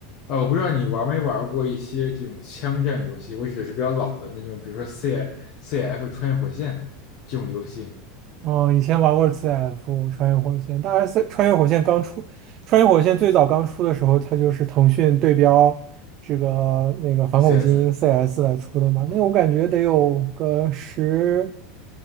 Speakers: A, on the left; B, on the right.
A: 啊，我不知道你玩没玩过一些这种枪战游戏，我指的是比较老的那种，比如说 C C F 穿越火线这种游戏
B: 嗯，以前玩过 CF 穿越火线，大 S 穿越火线刚出，穿越火线最早刚出的时候，它就是腾讯对标这个那个反恐精英
A: ，C S，
B: CS 来出的嘛。
A: 嗯，
B: 那我感觉得有个十，